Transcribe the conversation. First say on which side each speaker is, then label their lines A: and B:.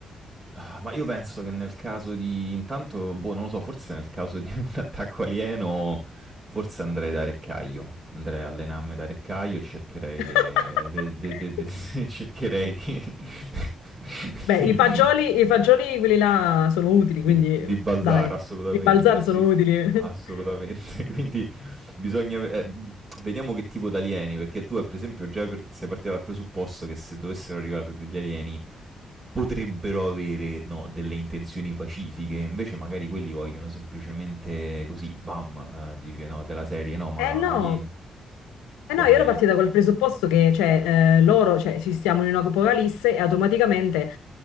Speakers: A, on the right; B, on the left.
A: Ah, ma io penso che nel caso di intanto, boh, non lo so, forse nel caso di <laughs> un attacco alieno, forse andrei da Reccaio, andrei a allenarmi da Reccaio e cercherei
B: <laughs>
A: de- de- de- de- de- <laughs> cercherei di... <laughs>
B: Beh, i fagioli,
A: di-
B: i fagioli quelli là sono utili,
A: di
B: quindi
A: di Balzar,
B: dai,
A: assolutamente,
B: di Balzar
A: sì,
B: sono utili.
A: assolutamente.
B: <laughs>
A: <laughs> Quindi bisogna ve ehm, di vediamo che tipo d'alieni, perché tu, per esempio, già per sei partita dal presupposto che se dovessero arrivare degli alieni potrebbero avere, no, delle intenzioni pacifiche, invece magari quelli vogliono semplicemente così, bam, ehm, dice, no, della serie, no, ma
B: Eh no,
A: ma chi?
B: Eh
A: Come?
B: no, io ero partita col presupposto che cioè, eh, loro, cioè, ci stiamo in un'apocalisse e automaticamente